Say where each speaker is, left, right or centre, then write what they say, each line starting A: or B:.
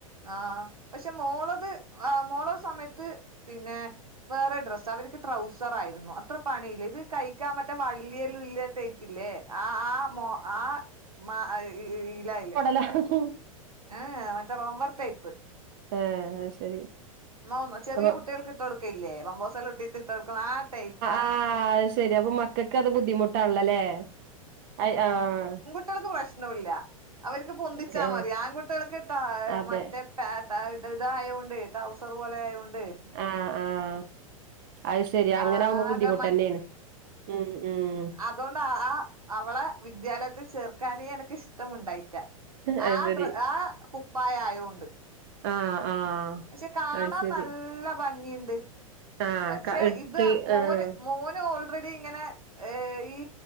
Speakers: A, on the right; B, on the right.
A: ആഹ് പക്ഷെ മോളത് ആ മോള സമയത്ത് പിന്നെ വേറെ ഡ്രസ്സാ അവർക്ക് ട്രൗസർ ആയിരുന്നു അത്ര പണിയില്ല ഇത് കഴിക്കാ പറ്റാ വള്ളിയലുല്യ ട്ടയ് ഇല്ലേ ആ ആ മോ ആ മ അഹ് ഹ് ഹ് ഇ ല അയ്ല്
B: ഹ ഹ് ഹു
A: ആഹ് മറ്റേ റോംബർ ടൈപ്പ്.
B: ഏഹ് അത് ശരി
A: <unintelligible> ചെറ്യേ
B: അപ്പൊ
A: കുട്ട്യേള്ക്ക് ഇട്ടോട്ക്കെല്യേ പമ്പേഴ്സെല്ലാം ഇട്ടിട്ട് ഇട്ടോട്ക്ക്ണേ ആ ടൈപ്പാണ്
B: ആ അത് ശെരി അപ്പൊ മക്കക്കത് ബുദ്ധിമുട്ടാൺള്ളല്ലേ അത് ആഹ്
A: ട്ടൾക്ക് പ്രഷ്നുല്ല അവര്ക്ക് പൊന്തിച്ചാ
B: ആ
A: മതി ആൺകു ട്ട്യേള്ക്ക് താ
B: അതെ
A: മറ്റേ പേ <unintelligible> ഇതായോണ്ട് ടൗസർ പോലായൊണ്ട്
B: ആഹ് ആഹ് അത് ശെരി അങ്ങനാവുമ്പോ
A: ആകെ
B: ബുദ്ധിമുട്ടെന്നെണ് ഉം ഉം
A: അതോണ്ട് ആ അവളെ വിദ്യാലയത്ത് ചേർക്കാനെ എനക്ക്ഷ് ത്ത മുണ്ടായ്റ്റാ
B: അത്
A: ആ
B: ശരി
A: ഡ്ര ആ കുപ്പായ ആയോണ്ട്
B: ആഹ് ആഹ്
A: പക്ഷെ കാണാ
B: അത് ശരി
A: നല്ല ഭംഗിണ്ട്
B: ആഹ്
A: പക്ഷെ
B: ക ഇട്ട്
A: ഇത് മോന്
B: ആഹ്
A: മോന് ഓൾറെഡി ഇങ്ങനെ ഏഹ് ഈ